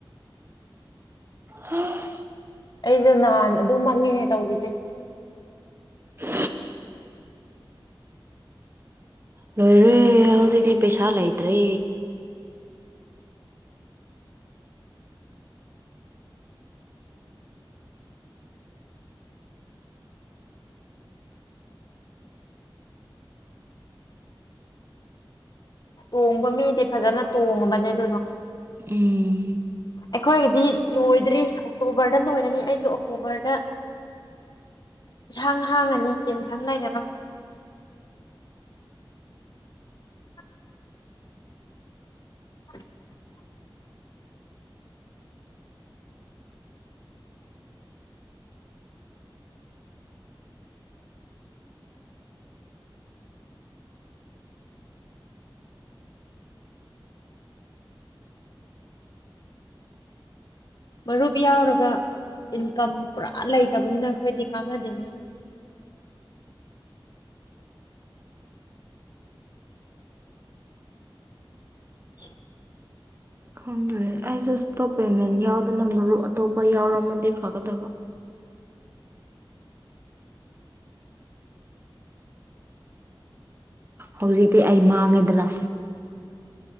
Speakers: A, on the right; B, on the left.
A: ꯍꯝ <inaudible>
B: ꯑꯩꯁꯦ ꯅꯍꯥꯟ ꯑꯗꯨꯃꯛꯅꯤꯅꯦ ꯇꯧꯔꯤꯁꯦ
A: <inaudible> ꯅꯣꯏ꯭ꯔꯦ ꯍꯧꯖꯤꯛꯇꯤ ꯄꯩꯁꯥ ꯂꯩꯇꯔꯦ
B: ꯇꯣꯡꯕ ꯃꯤꯗꯤ ꯐꯖꯅ ꯇꯣꯡꯉꯕꯅꯦ ꯑꯗꯨꯗꯣ
A: ꯎꯝ
B: ꯑꯩꯈꯣꯏꯒꯤꯗꯤ ꯂꯣꯏꯗ꯭ꯔꯤ ꯑꯣꯛꯇꯣꯕꯔꯗ ꯂꯣꯏꯔꯅꯤ ꯑꯩꯁꯨ ꯑꯣꯛꯇꯣꯕꯔꯗ
A: <unintelligible>
B: ꯏꯍꯥꯡ ꯍꯥꯡꯉꯅꯤ ꯇꯦꯟꯁꯟ ꯂꯩꯔꯔꯣꯏ <unintelligible> <inaudible>
A: <unintelligible>
B: ꯃꯔꯨꯞ ꯌꯥꯎꯔꯒ ꯏꯟꯀꯝ ꯄꯨꯔꯥ ꯂꯩꯇꯕꯅꯤꯅ ꯑꯩꯈꯣꯏꯗꯤ ꯀꯥꯟꯅꯗꯦꯅꯦ <unintelligible>
A: ꯈꯪꯗꯔꯦ ꯑꯩꯁꯨ ꯁꯇꯣꯞ ꯄꯦꯃꯦꯟ ꯌꯥꯎꯗꯅ ꯃꯔꯨꯞ ꯑꯇꯣꯞꯄ ꯌꯥꯎꯔꯝꯃꯗꯤ ꯐꯥꯒꯗꯕ꯫ ꯍꯧꯖꯤꯛꯇꯤ ꯑꯩ ꯃꯥꯡꯉꯦꯗꯅ